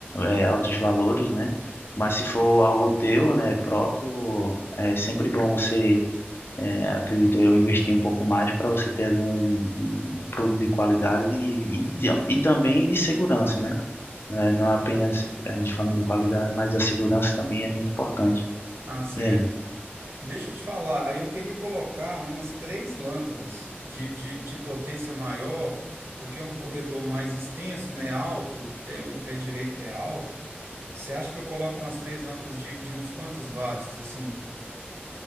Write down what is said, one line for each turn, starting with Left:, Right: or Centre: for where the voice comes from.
Left: é, altos valores, né? Mas se for algo teu, né, próprio, é sempre bom você é, acredito eu, investir um pouco mais para você ter ali um, um produto de qualidade e, e, de- e também de segurança, né? Não É, não é apenas a gente falando de qualidade, mas a segurança também é muito importante.
Right: Ah, certo.
Left: E aí?
Right: Deixa eu te falar, aí eu queria colocar umas três lâmpadas de, de, de potência maior, porque é um corredor mais extenso, né? Alto, o pé, o pé direito é alto. Você acha que eu coloco umas três lâmpadas de, de uns quantos watts, assim?